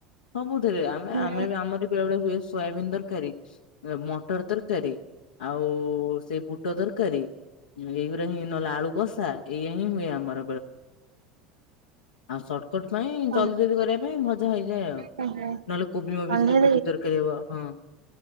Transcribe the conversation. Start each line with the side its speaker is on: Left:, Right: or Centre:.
Left: ସବୁଥିରେ ଆମେ
Right: ହୁଁ
Left: ଆମେ ଆମରି ବଳେ ବେଳେ ହୁଏ ସୋୟାବିନ ତରକାରୀ, ମଟର ତରକାରୀ ଆଉ ଆଉ ସେ ବୁଟ ଦରକାରୀ ଏଇ ଗୁଡ଼ା ହିଁ ନହେଲେ ଆଳୁ କଷା ଏଇଆ ହିଁ ହୁଏ ଆମର। ଆଉ ଶର୍ଟକଟ ପାଇଁ
Right: ହଁ
Left: ଜଲଦି ଜଲଦି କରିବା ପାଇଁ ଭଜା ହେଇଯାଏ ଆଉ।
Right: ହୁଁ
Left: ନହେଲେ କୋବି ମୋବିି
Right: କଣ୍ଢେଇ
Left: ଥିଲେ କୋବି ତରକାରୀ ହବ। ହଁ।